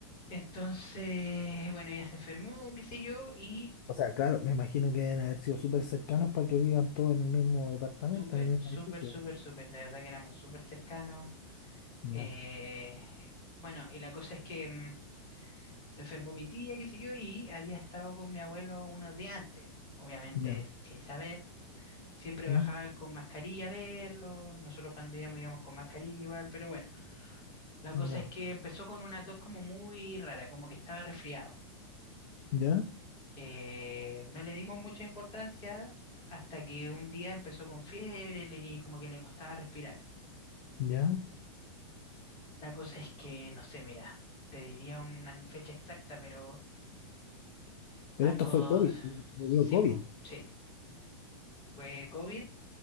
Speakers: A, on the left; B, on the left.
A: Entonces, bueno, ella se enfermó, qué sé yo, y
B: O sea, claro, me imagino que deben haber sido súper cercanos para que vivan todos en el mismo departamento,
A: Súper,
B: en el mismo
A: súper,
B: edificio.
A: súper, súper. La verdad que éramos súper cercanos.
B: Ya,
A: Eh, bueno, y la cosa es que mm, se enfermó mi tía, qué sé yo, y había estado con mi abuelo unos días antes, obviamente
B: ya.
A: sin saber. Siempre
B: ¿Mm?
A: bajaban con mascarilla a verlo. Nosotros cuando íbamos íbamos con mascarilla igual, pero bueno, la
B: Ya,
A: cosa es que empezó con una tos como muy rara, como que estaba resfriado.
B: ya,
A: Eh, no le dimos mucha importancia hasta que un día empezó con fiebre le- y como que le costaba respirar.
B: ya.
A: La cosa es que, no sé, mira, te diría una fecha exacta, pero
B: Pero
A: a los...
B: esto fue COVID, le
A: Sí,
B: dio COVID,
A: po, sí, fue COVID,